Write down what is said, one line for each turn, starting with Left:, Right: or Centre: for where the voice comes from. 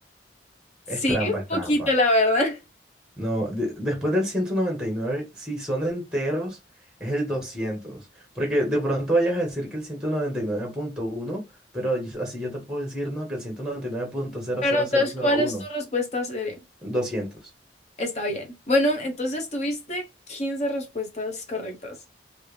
Left: Sí,
Centre: Es trampa,
Left: un
Centre: es
Left: poquito,
Centre: trampa.
Left: la verdad. <laughs>
Centre: No, de- después del 199 si son enteros, es el 200, Porque de pronto vayas a decir que el ciento noventa y nueve punto uno, pero yo- así yo te puedo decir, no, que el ciento noventa Y nueve punto cero
Left: Pero
Centre: cero
Left: entonces,
Centre: cero cero
Left: ¿cuál
Centre: uno,
Left: es tu respuesta seria?
Centre: doscientos
Left: Está bien. Bueno, entonces tuviste 15 respuestas correctas.